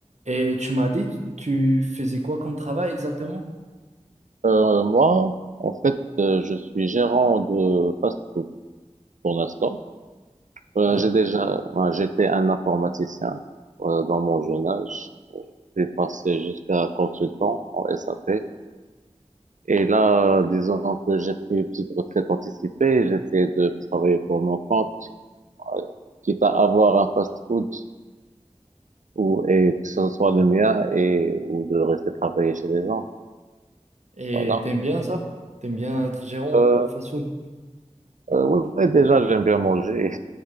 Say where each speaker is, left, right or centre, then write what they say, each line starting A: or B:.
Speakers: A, on the right; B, on the right.
A: Et tu m'as dit, tu faisais quoi comme travail exactement?
B: Euh, moi, en fait, euh, je suis gérant de fast-food pour l'instant. Euh,
A: Ah,
B: j'ai déjà, ouais, j'étais un informaticien euh, dans mon jeune âge. J'ai passé jusqu'à consultant en SAP. Et là, disons que j'ai pris une petite retraite anticipée, j'essaie de travailler pour mon compte, euh, quitte à avoir un fast-food ou et que ce soit le mien et ou de rester travailler chez les gens.
A: et
B: Voilà.
A: t'aimes bien ça? T'aimes bien être gérant
B: Euh,
A: de fast-food?
B: euh, oui, oui, déjà, j'aime bien manger.